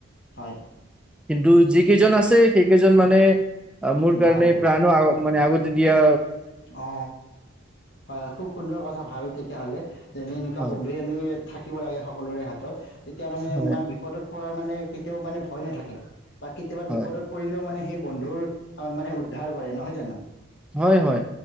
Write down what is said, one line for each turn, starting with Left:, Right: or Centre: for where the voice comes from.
Left: হয়
Centre: কিন্তু যি কেইজন আছে, সেইকেইজন জন মানে অ মোৰ কাৰণ
Left: ভাল আৰু
Centre: প্ৰাণো মানে আ দিয়া
Left: অ হয় খুব সুন্দৰ কথা ভাল ৷ ক হালে <unintelligible> যেনে এনেকুৱা
Centre: হয়
Left: বন্ধুই আমি থাক থাকিব লাগে সকলোৰে হাতত ৷ তেতিয়া মানে
Centre: হয়
Left: মাৰ বিপদত কৰা মানে কেতিয়াও মানে ভয় নাথাকে ৷ বা কেতিয়াবা
Centre: হয়
Left: বিপদত পৰিলেও মানে সেই বন্ধুৰ আমাক মানে উদ্ধাৰ কৰে নহয় জানো?
Centre: হয়-হয়